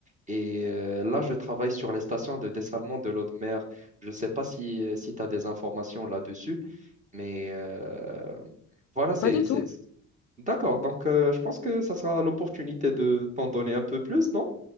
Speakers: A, on the right; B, on the left.
A: Et euh, là, je travaille sur les stations de dessalement de l'eau de mer. Je ne sais pas si, euh, si tu as des informations là-dessus, mais euh, voilà, c'est...
B: Pas du
A: c'est-
B: tout,
A: D'accord, donc euh, je pense que ça sera l'opportunité de t'en donner un peu plus, non?